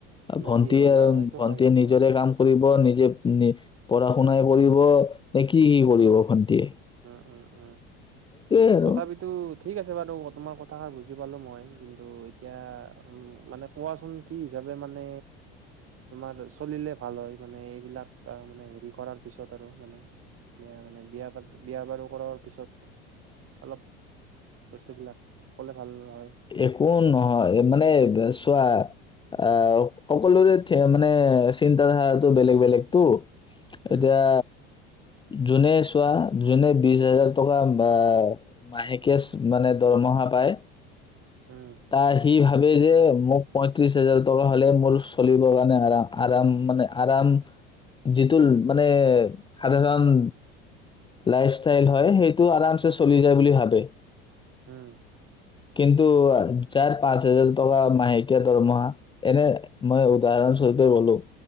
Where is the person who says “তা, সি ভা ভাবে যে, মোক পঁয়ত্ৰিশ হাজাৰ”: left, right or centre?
Left